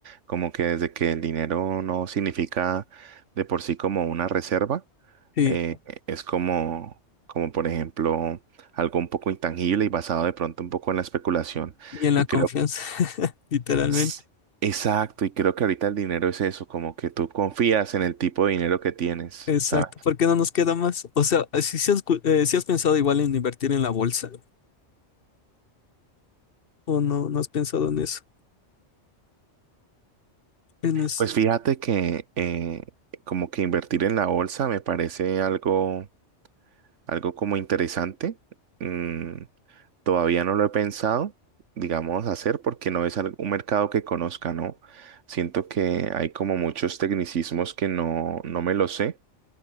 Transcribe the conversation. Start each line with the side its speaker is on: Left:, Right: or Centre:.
Right: Como que desde que el dinero no significa de por sí como una reserva,
Left: Sí,
Right: eh, es como, como por ejemplo algo un poco intangible y basado de pronto un poco en la especulación.
Left: y en
Right: Y
Left: la
Right: creo
Left: confianza,
Right: que...
Left: <laughs> literalmente.
Right: s- Exacto, y creo que ahorita el dinero es eso, como que tú confías en el tipo de dinero que tienes,
Left: Exacto,
Right: ¿sabes?
Left: porque no nos queda más. O sea, si, si has, cu- eh, si has pensado igual en invertir en la bolsa o no, no has pensado en eso, en es-
Right: Pues fíjate que eh, como que invertir en la bolsa me parece algo, algo como interesante. Mm, todavía no lo he pensado, digamos, hacer porque no es al- un mercado que conozca, ¿no? Siento que hay como muchos tecnicismos que no, no me lo sé